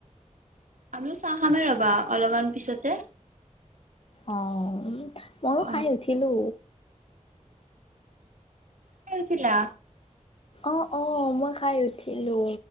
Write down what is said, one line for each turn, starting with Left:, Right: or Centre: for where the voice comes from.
Right: আমিও চাহ খামেই ৰবা অলপমান পিছতে,
Left: অ' মইো
Right: অ'।
Left: খাই উঠিলো।
Right: ক'ত আছিলা।
Left: অ অ মই খাই উঠিলো